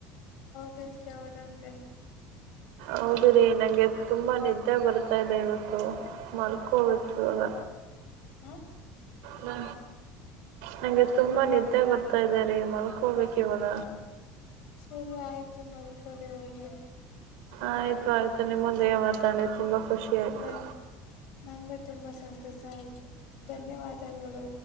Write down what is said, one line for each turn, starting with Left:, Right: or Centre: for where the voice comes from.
Left: ಂ ಯಾವದಂತೆ <unintelligible>
Right: ಹೌದು ರೀ ನನಗೆ ತುಂಬ ನಿದ್ದೆ ಬರ್ತಾ ಇದೆ ಇವತ್ತು ಮಲ್ಕೋಬೇಕು ಇವಾಗ
Left: ಹಾ
Right: ಹ ನಂಗೆ ತುಂಬಾ ನಿ ನಿದ್ದೆ ಮತ್ತ ಬರ್ತಾ ಇದಾರೆ ಮಲ್ಕೊಬೇಕ ಇವಾಗ
Left: ಸರಿ ಆಯ್ತು ಮಲ್ಕೂರಿ ಹೋಗಿ
Right: ಆಯ್ತು ಆಯ್ತು ನಿಮ್ಮಂದಿಗೆ ಮಾತಾಡಿ ತುಂಬಾ ಖುಷಿ ಆಯ್ತು
Left: ಬಾಯ್ ನಂಗೂ ತುಂಬಾ ಸಂತೋಷ ಆಯತು ಧನ್ಯವಾದಗಳು